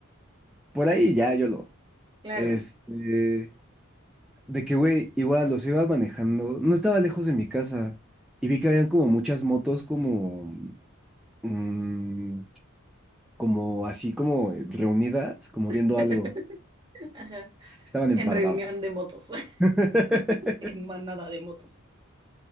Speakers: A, in the centre; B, on the right.
A: por ahí ya yo lo.
B: claro.
A: Este, de que, güey, igual los iba manejando, no estaba lejos de mi casa y vi que habían como muchas motos como, mm, como así como reunidas, como viendo
B: <laughs>
A: algo.
B: Ajá.
A: Estaban en
B: En
A: parvada.
B: reunión de motos,
A: <laughs>
B: <laughs> en manada de motos.